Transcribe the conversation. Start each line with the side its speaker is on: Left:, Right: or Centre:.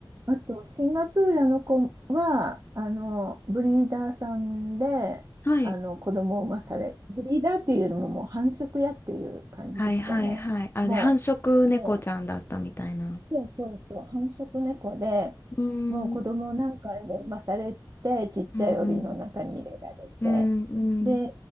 Right: あと、シンガプールの子は、あの、ブリーダーさんで、
Left: はい。
Right: あの、子供を産まされ、ブリーダーっていうよりももう繁殖屋っていう感じですかね。
Left: はいはいはい。あ、
Right: もう、
Left: で、繁殖猫ちゃんだったみたいな。
Right: もう、そうそうそう、繁殖猫で、
Left: うん。
Right: もう子供を何回も産まされて、ちっちゃい檻の中に入れられて、
Left: うん。うんうん。
Right: で、